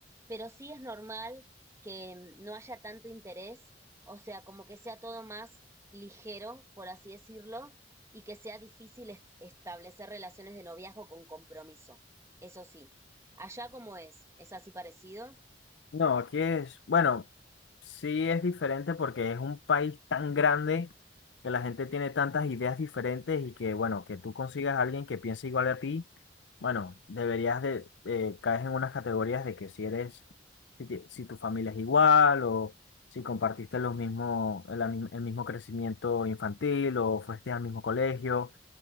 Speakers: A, on the right; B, on the left.
A: pero sí es normal que no haya tanto interés, o sea, como que sea todo más ligero, por así decirlo, y que sea difícil est- establecer relaciones de noviazgo con compromiso. Eso sí. Allá como es, es así parecido.
B: No, aquí es, bueno, sí es diferente porque es un país tan grande que la gente tiene tantas ideas diferentes y que, bueno, que tú consigas a alguien que piense igual a ti, bueno, deberías de, eh, caes en unas categorías de que si eres, si, ti- si tu familia es igual o si compartiste los mismo, el, ami- el mismo crecimiento infantil o fuiste al mismo colegio.